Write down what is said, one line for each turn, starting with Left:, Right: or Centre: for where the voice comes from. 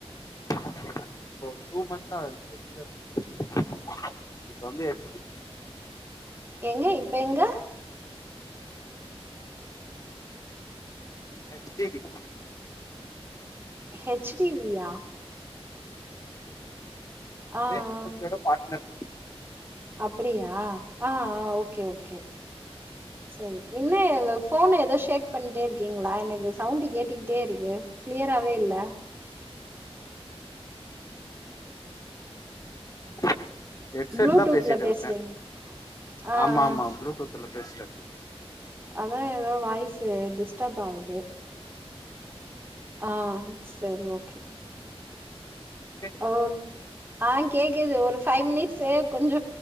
Left: <inaudible> இப்போ டூ மந்தாவ்து எப்டிடா <inaudible> இப்ப வந்து <inaudible>
Right: எங்க இப்ப எங்க
Left: H D V
Right: H D வியா
Left: அது
Right: ஆ
Left: ஹெச் டி
Right: ஆ
Left: எஃப் சி யோட பாட்னர் கம்பெனி
Right: அப்படியா ஆஹ் ஆஹ் ஓகே ஓகே சரி என்ன எதோ போன ஏதோ ஷேக் பண்ணிட்டே இருக்கீங்களா எனக்கு சவுண்ட் கேட்டுக்கிட்டே இருகு கிளியராவே இல்ல
Left: <inaudible> ஹெட்செட்தா
Right: ப்ளூடூத்ல
Left: பேசிட்ருக்க
Right: பேசுறீங்க ஆ
Left: ஆமா ஆமா
Right: ஆ
Left: ப்ளூடூத்ல பேசிட்ருக்க
Right: அதா ஏதோ வாய்ஸு டிஸ்டர்ப் ஆவுது ஆ சரி ஓகே
Left: கேக்குதா
Right: ஆம் ஆ கேக்குது ஒரு ஃபைவ் மினிட்ஸு கொஞ்ச